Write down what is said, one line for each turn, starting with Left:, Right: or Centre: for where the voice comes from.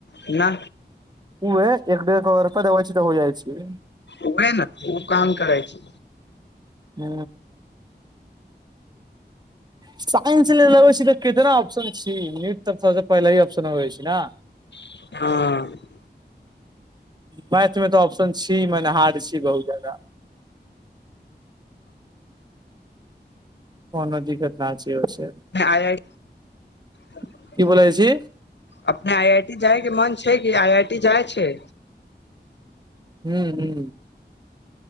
Left: ना
Right: उहे एक डेढ़ करोर दबइ छी तऽ हो जाइ छै
Left: उहे न ओ काम करै छै
Right: हू साइंस लैलबै छी तऽ कितना ऑप्शन छी नीट तऽ सबसे पहिले ऑप्शन होे छै न
Left: हँ
Right: मैथ मे तऽ ऑप्शन छी मने हार्ड छी बहुत ज्यादा कोनो दिक्कत नाई छी हो से <unintelligible>
Left: आय <unintelligible> <unintelligible>
Right: की बोलै छी
Left: अपने आई आई टी जाय के मन छै कि आई आइ टी जाइ छै
Right: हू हू